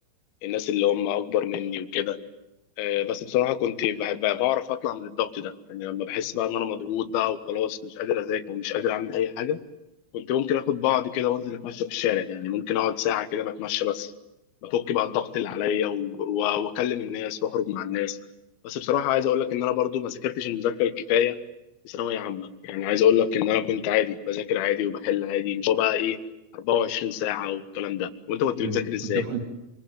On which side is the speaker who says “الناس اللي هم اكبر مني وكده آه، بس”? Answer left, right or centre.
Left